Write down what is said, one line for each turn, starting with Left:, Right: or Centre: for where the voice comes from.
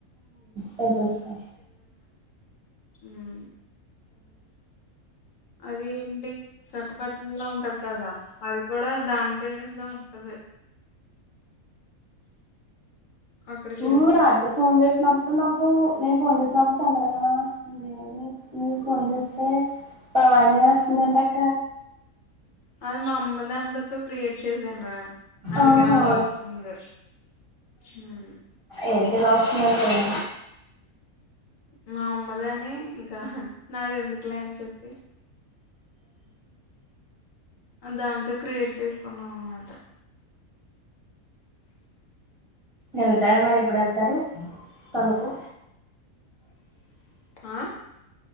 Right: టెంపుల్స్కా
Left: హ్మ్ అది ఏంటి విశాఖపట్నంలో ఉంటది కదా అది కూడా దాని పేరు ఏదో ఉంటది అక్కడికి
Right: నువ్వ్
Left: వెళ్ళిన
Right: రాత్రి ఫోన్ చేస్ వినప్పుడు నాకు నేను ఫోన్ చేసినప్పుడు చంద్రకళా వస్తుంది న నువ్వు ఫోన్ జేస్తే పవాని వస్తుందంటక్క
Left: ఉమ్. అది మా అమ్మ నెంబతో క్రియేట్ చేసాను రా అందుకని
Right: ఆహా
Left: అలా వస్తుంది హ్మ్
Right: ఎంటి ఇలా వస్తొంది అనుకున్న
Left: మా అమ్మదని ఇంకా నాది ఎందుకులే అని చెప్పి దాంతో క్రియేట్ చేసుకున్నాం అనమాట
Right: వెళ్తారా మరి ఎప్పుడు ఎళ్తారు కనుకొ
Left: ఆ